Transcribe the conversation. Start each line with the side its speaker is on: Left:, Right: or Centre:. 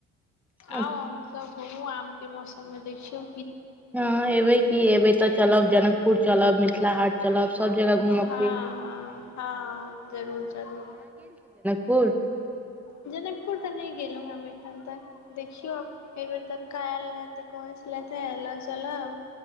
Centre: हँ
Left: आउ अहूँसब हमूँ आमके मौसममे दै छियौ
Centre: हँ अबै की एबै तऽ चलब जनक पुर ुर चलब मिथिला हाट चलब सब जगह घूमब
Left: हँ
Centre: की
Left: हँ हँ जरूर जरूर
Centre: फूल
Left: जनकपुर तऽ नहि गेलहुँ ह हम एखन तक देखियौ आब एहि बेेर कक्का आयल रहै तऽ कहै छलथिे एयलह चलह